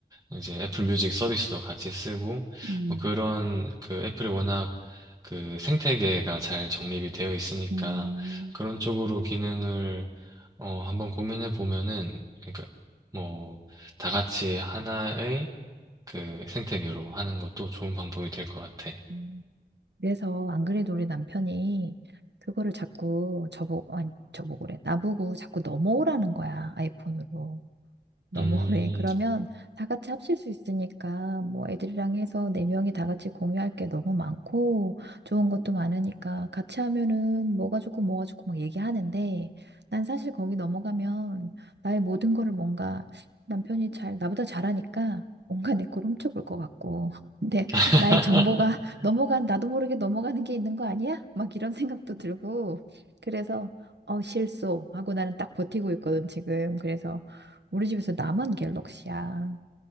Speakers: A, on the right; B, on the right.
A: 이제 애플 뮤직 서비스도 같이 쓰고
B: 음,
A: 뭐 그런 그 애플이 워낙 그 생태계가 잘 정립이 되어 있으니까
B: 음.
A: 그런 쪽으로 기능을 어 한번 고민해 보면은 그러니까 뭐 다 같이 하나의 그 생태계로 하는 것도 좋은 방법이 될 것 같아.
B: 음. 그래서 안 그래도 우리 남편이 그거를 자꾸 저보고, 아니, 저보고 그래. 나보고 자꾸 넘어오라는 거야, 아이폰으로. 너무
A: 음.
B: <laughs> 오래. 그러면 다 같이 합칠 수 있으니까 뭐 애들이랑 해서 네 명이 다 같이 공유할 게 너무 많고 좋은 것도 많으니까 같이 하면은 뭐가 좋고 뭐가 좋고 막 얘기하는데 난 사실 거기 넘어가면 나의 모든 거를 뭔가 남편이 잘 나보다 잘하니까 뭔가 내 걸 훔쳐볼 것 같고 <laughs> 근데
A: <laughs>
B: 나의 정보가 <laughs> 넘어간 나도 모르게 넘어가는 게 있는 거 아니야? 막 이런 생각도 들고 그래서 어 실소 하고 나는 딱 버티고 있거든 지금 그래서 우리 집에서 나만 갤럭시야.